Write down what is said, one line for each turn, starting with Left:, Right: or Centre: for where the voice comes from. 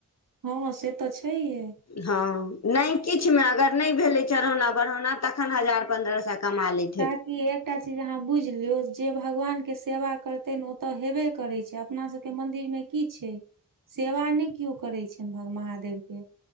Right: हँ से तऽ छैहे।
Left: हँ नहि किछु मे अगर नहि भेले चढ़ौना बढ़ौना तखन हजार पन्द्रह सए कमा लेत।
Right: काकी एकटा अहाँ बुझि लियौ जे भगवान के सेवा करते नऽ ओ तऽ हेबे करै छै अपना सबके मंन्दिर मे की छै सेवा नहि केओ करै छनि भग महादेव के